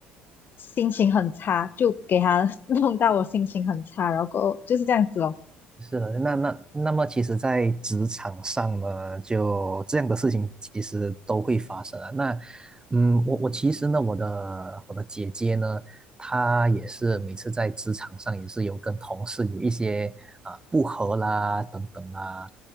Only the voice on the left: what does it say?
心情很差，就给他 <laughs> 弄到我心情很差，然后过后就是这样子哦，